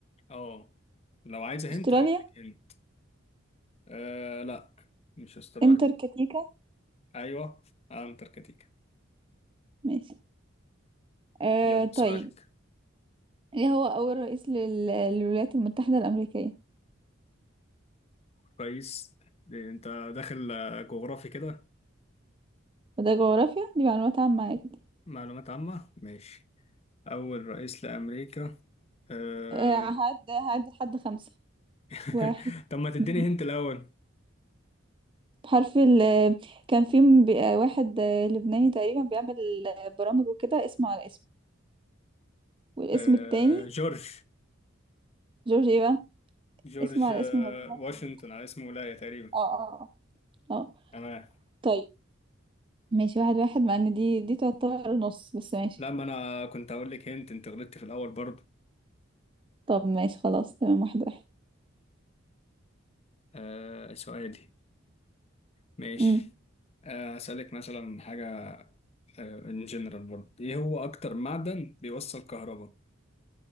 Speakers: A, on the left; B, on the right.
A: اه لو عايزه
B: استراليا
A: هنت هقول لك هنت آه لا مش استراليا
B: انتركتيكا
A: ايوه انتاركتيكا
B: ماشي آه
A: يلا
B: طيب
A: سؤالك
B: ايه هو اول رئيس لل... للولايات المتحدة الأمريكية
A: كويس إيه، انت داخل آه، جغرافي كده
B: وده جغرافيا دي معلومات عامة عادي
A: معلومات عامة ماشي أول رئيس لأمريكا أه...
B: آه هعد هعد لحد خمسة
A: <laughs>
B: واحد
A: طب ما تديني
B: اتنين.
A: هنت الأول
B: بحرف ال كان في م- بي- آه، واحد آه، لبناني تقريبا بيعمل آه، برامج وكده اسمه على اسمه والاسم
A: أه...
B: التاني
A: جورج
B: جورج ايه بقى
A: جورج
B: اسمه على
A: أه...
B: اسم مدينة
A: واشنطن
B: في أمريكا
A: على اسم ولاية تقريبا
B: اه اه اه آه.
A: تمام
B: طيب ماشي واحد واحد مع ان دي دي تعتبر نص بس ماشي
A: لا ما أنا كنت هقول لك هنت أنت غلطت في الأول برضه
B: طب ماشي خلاص تمام واحد واحد
A: أه... سؤالي ماشي
B: امم
A: أه... هسألك مثلا حاجة ان جنرال برضه إيه هو أكتر معدن بيوصل كهرباء